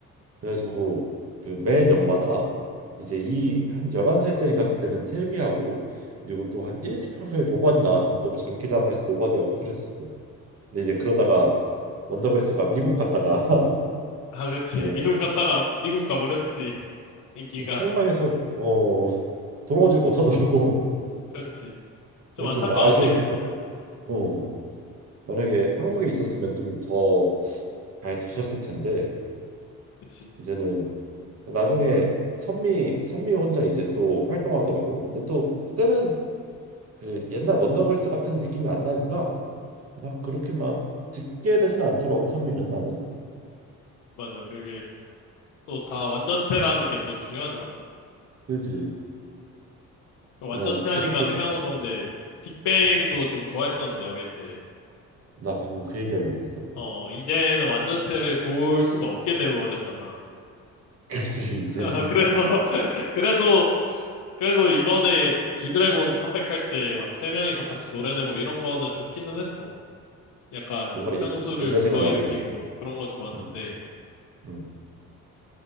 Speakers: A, on the right (about 50°); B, on the left (about 85°).
A: 그래가지고 그 매 년마다 이제 이 한 11살 때인가 그때는 텔미하고 그리고 또 한 1, 2년 후에 노바디 나왔을 때 또 장기자랑에서 노바디하고 그랬었어. 근데 이제 그러다가 원더걸스가 미국 갔다가
B: 아 그치
A: <laughs> 예,
B: <laughs> 미국 갔다가 미국 가버렸지. 인기가.
A: 그래서 폭망해서 어 돌아오지 못하더라고.
B: 그렇지. 좀
A: 그래서
B: 안타까웠지
A: 좀 아쉬웠었거든.
B: 그때도.
A: 어 만약에 한국에 있었으면 좀 더 잘 되셨을 텐데
B: 그치.
A: 이제는 나중에 선미 선미 혼자 이제 또 활동하더라고. 근데 또 그때는 그 옛날 원더걸스 같은 느낌이 안 나니까 막 그렇게 막 듣게 되진 않더라고 선미는 나는.
B: 맞아. 그게 또 다 완전체라는 게 또 중요하잖아.
A: 그지?
B: 완전체
A: 난
B: 하니까
A: 그것도
B: 생각난
A: 좀-
B: 건데, 빅뱅도
A: 어,
B: 좀 좋아했었는데, 어릴 때.
A: 나 방금 그 얘기하려고 그랬어.
B: 어, 이제는 완전체를 볼 수가 없게 돼버렸잖아.
A: <laughs> 그지? 이제는
B: <laughs> 그래서, <laughs> 그래도, 그래도 이번에 지드래곤 컴백할 때 막 세 명이서 같이 노래 내고 이런 거는 좋기는 했어. 약간
A: 뭔가
B: 향수를
A: 예, 옛날
B: 불러일으키고
A: 생각나고.
B: 그런 건 좋았는데,
A: 응, 응.